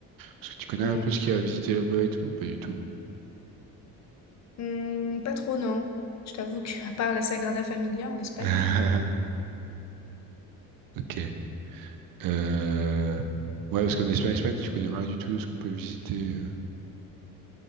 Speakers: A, on the right; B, on the left.
A: Parce que tu connais
B: Hum,
A: un peu ce qu'il y a à visiter là-bas et tout ou pas du tout?
B: hum, pas trop, non. Je t'avoue que, à part la Sagrada Familia en Espagne,
A: <laughs> Ok. Euh, Ouais, parce qu'en Espagne, Espagne, tu connais rien du tout de ce qu'on peut visiter. euh.